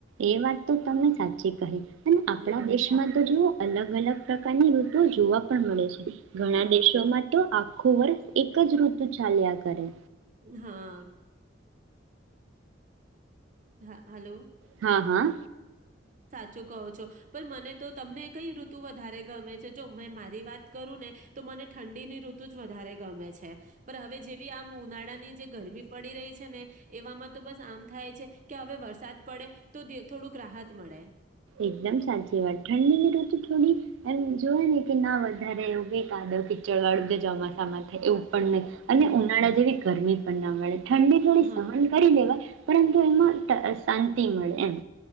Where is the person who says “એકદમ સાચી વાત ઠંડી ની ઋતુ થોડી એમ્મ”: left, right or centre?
Right